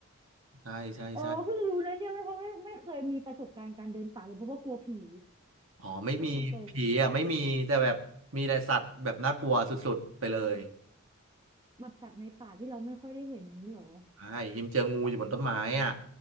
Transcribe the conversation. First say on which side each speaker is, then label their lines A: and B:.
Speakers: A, on the right (about 75°); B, on the right (about 20°).
A: ใช่ใช่ใช่
B: เออเพิ่งรู้นะเนี่ยไม่เพราะไม่ไม่เคยมีประสบการณ์การเดินป่าเลยเพราะว่ากลัวผี
A: อ๋อไม่มีผีอ่ะไม่มีแต่แบบมีแต่สัตว์แบบน่ากลัวสุดๆไปเลย
B: พูดตรงๆแบบสัตว์ในป่าที่เราไม่ค่อยได้เห็นอย่างนี้เหรอ
A: ใช่หิมเจองูอยู่บนต้นไม้อ่ะ